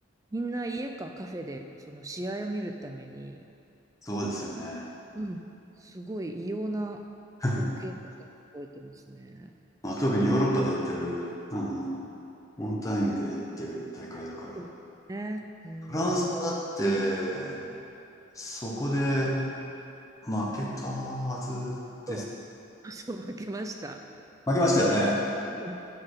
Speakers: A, on the right (about 15°); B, on the left (about 15°).
A: みんな家かカフェでその試合を見るために、
B: そうですよね。
A: うん。すごい異様な光景だったのを覚えてますね。
B: <laughs> まあ、特にヨーロッパでやってる、あの、オンタイムでやってる大会だから。
A: そうですね。う
B: フランスはだって、
A: ん。
B: そこで負けたはずです。
A: そう <laughs> そう、負けました。
B: 負けましたよね。
A: うん